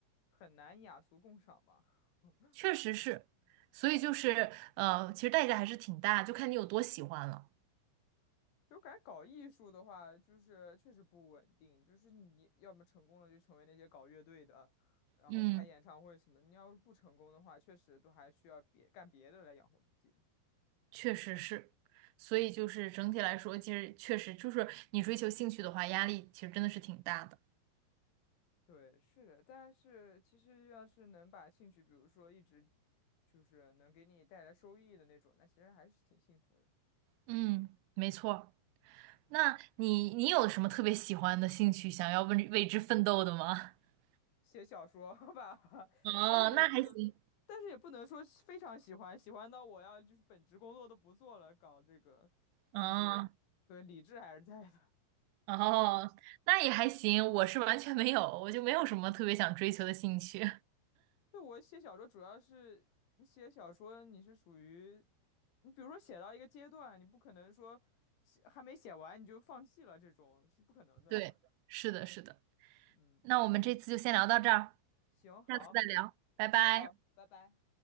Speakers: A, on the left; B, on the right.
A: 很难雅俗共赏吧，<laughs>
B: 确实是，
A: 是
B: 所以就是呃，其实代价还是挺大，就看你有多喜欢了。
A: 就感觉搞艺术的话，就是确实不稳定，就是你要么成功了就成为那些搞乐队的，然后开演唱会什么的你要是不成功的话，
B: 嗯，
A: 确实都还需要别干别的来养活自己。
B: 确实是，所以就是整体来说，其实确实就是你追求兴趣的话，压力其实真的是挺大的。
A: 对，是的，但是其实要是能把兴趣，比如说一直就是能给你带来收益的那种，那其实还是挺幸福的。
B: 嗯，没错。那你你有什么特别喜欢的兴趣，想要为为之奋斗的吗？<laughs>
A: 写小说吧，<laughs>
B: 哦，
A: 但是也不能，
B: 那还行。
A: 但是也不能说是非常喜欢，喜欢到我要就是本职工作都不做了，搞这个，就是对理智还是在的。
B: 哦哦，那也还行。我是完全没有，我就没有什么特别想追求的兴趣。
A: 对我写小说主要是你写小说，你是属于你比如说写到一个阶段，你不可能说写还没写完你就放弃了，这种是不可能的。
B: <laughs> 对，是的，是的。
A: 嗯，
B: 那我们这次就先聊到这儿，
A: 行，好，
B: 下次再聊，拜拜。
A: 行，好，拜拜。